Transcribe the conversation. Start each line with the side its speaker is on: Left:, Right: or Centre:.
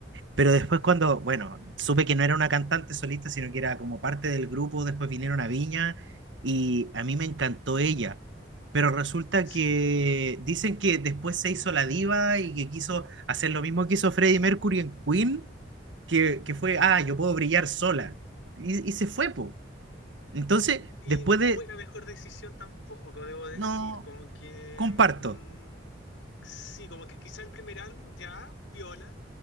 Right: Pero
Left: mm,
Right: después cuando, bueno, supe que no era una cantante solista, sino que era como parte del grupo, después vinieron a Viña y a mí me encantó ella. Pero resulta
Left: sí.
Right: que dicen que después se hizo la diva y que quiso hacer lo mismo que hizo Freddie Mercury en Queen, que, que fue, ah, yo puedo brillar sola. Y, y se fue, po. Entonces,
Left: Y
Right: después
Left: no fue
Right: de,
Left: la mejor decisión tampoco, debo decir.
Right: no,
Left: Como que.
Right: comparto.
Left: mm, sí, como que quizá el primer álbum ya, piola,